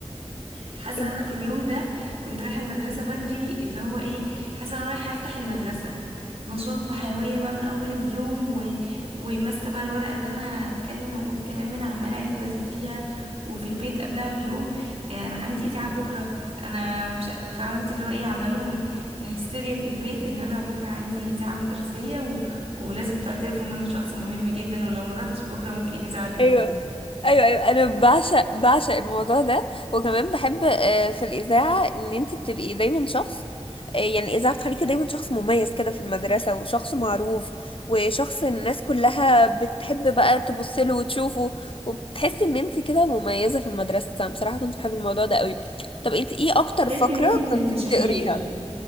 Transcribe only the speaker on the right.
حاسه
ان انا في اليوم ده كنت رايحه المدرسه بدري اللي هو ايه حاسه ان انا رايحه افتح المدرسه نشاط وحيويه بقى من اول اليوم و... وماسكه بقى الورقه اللي انا هتكلم واقول كلام من عماله اعيد وازيد فيها وفي البيت قبلها بيوم آه، انا عندي اذاعه بكره انا مش ع- فاهمه انت اللي هو ايه عامله لهم هستيريا في البيت ان انا بكره عندي اذاعه مدرسيه و... ولازم تعترفوا ان انا شخص مهم جدا ولو ما رحتش بكره ممكن الاذاعه تبوظ
تحس
ان انت من
المشاهير